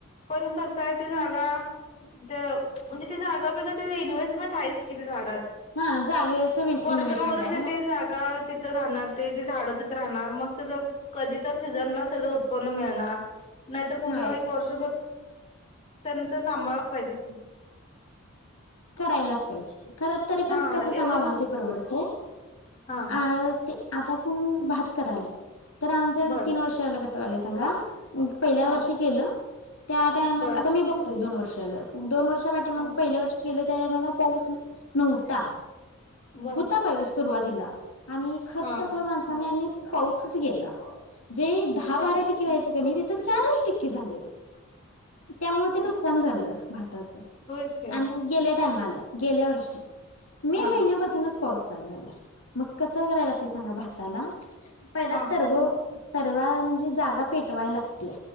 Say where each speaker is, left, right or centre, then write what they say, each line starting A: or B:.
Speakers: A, on the left; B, on the left.
A: पण कसं हाय ती जागा म्हणजे ती जागा बिगा ते इन्व्हेस्टमेंट हायच की. तिथ झाडात,
B: हा जागेच
A: वर्षण
B: इन्व्हेस्टमेंट
A: वर्ष
B: आहे मग
A: ती जागा. तिथ राहणार, ते झाडं तिथ राहणार मग त्यां कधी तर सीझनला त्या उत्पन्न मिळणार, नाहीतर पूर्ण
B: होय
A: एक वर्षभर त्यांच सांभाळच पाहिजे की
B: करायलाच पाहिजे. खरं तरी पण
A: हा
B: कसं
A: एवढं
B: सांगू आम्हाला ते परवडतय
A: हा
B: अ ते आता आपण भात करायलो, तर आमचं
A: बर
B: तीन वर्षा झाल कसं व्हालय सांगा. पहिल्या
A: हा
B: वर्षी केलं, त्या टायमाला,
A: बर
B: आता मी बघतोय दोन वर्ष झाल. दोन वर्षा पा पाठीमागं,
A: हा
B: पहिल्या वर्षी केलं त्या टायमाला पाऊस नव्हता,
A: बर
B: हुता. पाऊस सुरुवातीला आणि खत
A: हा
B: टाकलं माणसानी आणि पाऊसच गेला. जे दहा
A: बर
B: बारा टिके व्हायचे काय नाही तिथ चारच टिके झाले. त्यामुळे ते नुकसान झालं भाताचं.
A: हो <unintelligible>
B: आणि गेल्या टायमाला गेल्या वर्षी मे
A: हा
B: महिन्यापासूनच पाऊस चालु झाला. मग कसं करायला लागतय सांगा भाताला, पहिला
A: हा
B: तरव तरवा म्हणजे जागा पेटवाय लागत्या